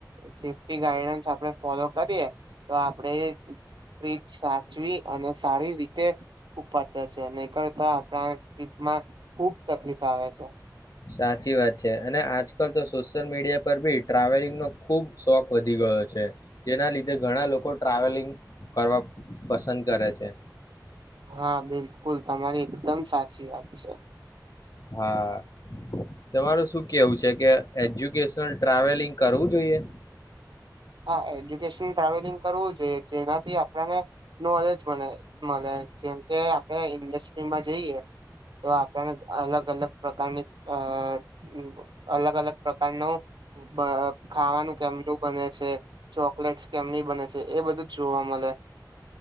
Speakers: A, on the right; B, on the left.
A: સેફ્ટી ગાઈડન્સ આપણે ફોલો કરીએ તો આપણે ટ્રીપ સાચવી અને સારી રીતે ખૂબ પાતર છે. અન કરતા આપણા ટ્રીપમાં ખુબ તકલીફ આવે છે..
B: સાચી વાત છે. અને આજકાલ તો સોશિયલ મીડિયા પર બી ટ્રાવેલિંગનો ખુબ શોખ વધી ગયો છે. જેના લીધે ઘણા લોકો ટ્રાવેલિંગ કરવા પસંદ કરે છે..
A: હા બિલકુલ તમારી એકદમ સાચી વાત છે.
B: હા તમારું શું કેવું છે કે. એજ્યુકેશનલ ટ્રાવેલિંગ કરવું જોઈએ.
A: હા એજ્યુકેશન ટ્રાવેલિંગ કરવું જોઈએ જેનાથી આપણને નોલેજ મળે મલે જેમ કે આપણે ઇન્ડસ્ટ્રીમાં જઈએ તો આપણને અલગ. અલગ પ્રકારની અ અલગ અલગ પ્રકારનું બ ખાવાનું કેમનું બને. છે ચોકલેટસ કેમની બને છે. એ બધું જ જોવા મલે.